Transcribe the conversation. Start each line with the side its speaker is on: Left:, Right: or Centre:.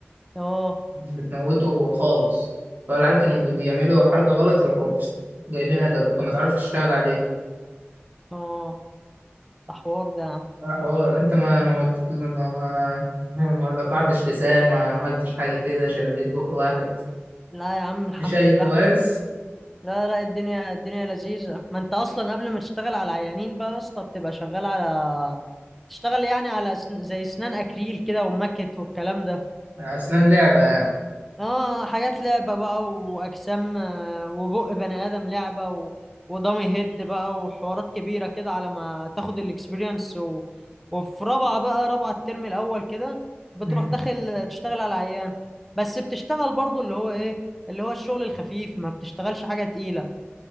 Centre: اه
Right: بتموته خالص فالعيال كانوا بي- بيعملوا حركة غلط يروحوا جايبين أجله فما تعرفش تشتغل عليه
Centre: اه ده حوار ده يا عم
Right: ده حوار انت ما ما وت- ما ما ما ما قطعتش لسان ما عملتش حاجة كده شليت بق واحد
Centre: لا يا عم الحمد
Right: مش أي
Centre: لله
Right: كوارث
Centre: احنا لا لا الدنيا الدنيا لذيذة ما انت اصلا قبل ما تشتغل على العيانين بقى يا اسطى بتبقى شغال على تشتغل يعني على سن... زي اسنان اكريل كده ومكت والكلام ده
Right: أسنان لعبة يعني
Centre: اه حاجات لعبة بقى واجسام آه، وبق بني ادم لعبة و... ودامي هيد بقى وحوارات كبيرة كده على ما تاخد الاكسبيرينس و... وفي رابعة بقى رابعة الترم الاول كده بتروح
Right: مم.
Centre: داخل تشتغل على العيان بس بتشتغل برضو اللي هو ايه اللي هو الشغل الخفيف ما بتشتغلش حاجة تقيلة